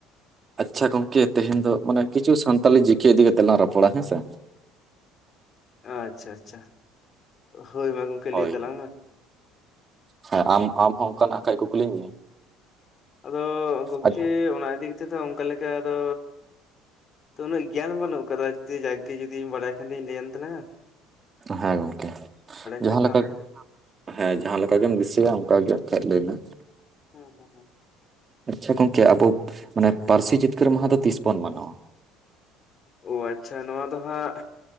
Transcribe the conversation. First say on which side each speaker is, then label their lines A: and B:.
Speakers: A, on the right; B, on the left.
A: ᱟᱪᱷᱟ ᱜᱚᱝᱠᱮ ᱛᱮᱦᱮᱧ ᱫᱚ ᱢᱟᱱᱮ ᱠᱤᱪᱷᱩ ᱥᱟᱱᱛᱟᱞᱤ ᱡᱤᱠᱮ ᱤᱫᱤ ᱠᱟᱛᱮᱜ ᱞᱟᱝ ᱨᱚᱯᱚᱲᱟ ᱦᱮᱸᱥᱮ᱾
B: ᱟᱪᱷᱟ ᱟᱪᱷᱟ ᱦᱳᱭ ᱢᱟ ᱜᱚᱝᱠᱮ
A: ᱦᱳᱭ
B: ᱞᱟᱹᱭ ᱛᱟᱞᱟᱝ ᱢᱮ?
A: ᱦᱮᱸ ᱟᱢ ᱟᱢ ᱦᱚᱸ ᱚᱱᱠᱟᱱᱟᱜ ᱠᱷᱟᱱᱡ ᱠᱚ ᱠᱩᱠᱞᱤᱧ ᱢᱮ?
B: ᱟᱫᱚ ᱜᱚᱢᱠᱮ
A: ᱟᱪ-
B: ᱚᱱᱟ ᱤᱫᱤ ᱠᱟᱛᱮᱫᱚ ᱚᱱᱠᱟ ᱞᱮᱠᱟ ᱫᱚ ᱛᱚ ᱩᱱᱟᱹᱜ ᱜᱮᱭᱟᱱ ᱵᱟᱹᱱᱩᱜ ᱟᱠᱟᱫᱟ ᱡᱮ ᱡᱟᱠ ᱜᱮ ᱡᱩᱫᱤᱧ ᱵᱟᱰᱟᱭ ᱠᱷᱟᱱ ᱡᱩᱫᱤᱧ ᱵᱟᱰᱟᱭ ᱠᱷᱟᱱ ᱫᱩᱧ ᱞᱟᱹᱭᱟᱢ ᱛᱟᱞᱟᱝᱼᱟ
A: ᱦᱮᱸ ᱜᱚᱢᱠᱮ ᱡᱟᱦᱟᱸ
B: ᱠᱷᱟᱱ ᱫᱚ
A: ᱞᱮᱠᱟ
B: ᱟᱢ ᱜᱮ
A: ᱦᱮᱸ ᱡᱟᱦᱟᱸ ᱞᱮᱠᱟ ᱜᱮᱢ ᱫᱤᱥᱟᱹᱭᱟ ᱚᱱᱠᱟ ᱜᱮ ᱟᱠᱷᱟᱡ ᱞᱟᱹᱭ ᱢᱮ?
B: ᱦᱩᱸ ᱦᱩᱸ ᱦᱩᱸ
A: ᱟᱪᱷᱟ ᱜᱚᱝᱠᱮ ᱟᱵᱚ ᱢᱟᱱᱮ ᱯᱟᱹᱨᱥᱤ ᱡᱤᱛᱠᱟᱹᱨ ᱢᱟᱦᱟ ᱫᱚ ᱛᱤᱥ ᱵᱚᱱ ᱢᱟᱱᱟᱣᱟ?
B: ᱚ ᱟᱪᱷᱟ ᱱᱚᱣᱟ ᱫᱚ ᱦᱟᱸᱜ